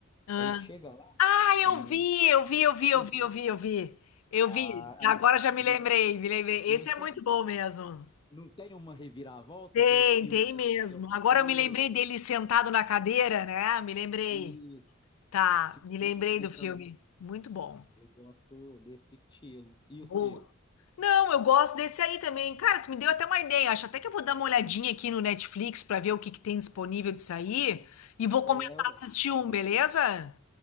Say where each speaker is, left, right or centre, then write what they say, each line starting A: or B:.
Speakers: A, on the left; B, on the left.
A: Ah,
B: aí chega lá
A: Ah,
B: no
A: eu vi, eu vi, eu vi, eu
B: Você
A: vi,
B: viu?
A: eu vi, eu vi. Eu
B: Ah,
A: vi.
B: aí
A: Agora já me
B: não,
A: lembrei, me lembrei.
B: não
A: Esse
B: tem
A: é muito bom mesmo.
B: não tem uma reviravolta,
A: Tem,
B: o filme
A: tem
B: você
A: mesmo.
B: acha que é uma
A: Agora
B: coisa
A: eu me lembrei dele sentado na cadeira, né? Me lembrei.
B: e
A: Tá,
B: tipo,
A: me lembrei
B: e- então
A: do filme. Muito bom.
B: eu gosto desse estilo. E
A: Boa.
B: o seu?
A: Não, eu gosto desse aí também. Cara, tu me deu até uma ideia. Acho até que eu vou dar uma olhadinha aqui no Netflix pra ver o que que tem disponível disso aí e vou
B: É,
A: começar
B: ué.
A: a assistir um, beleza?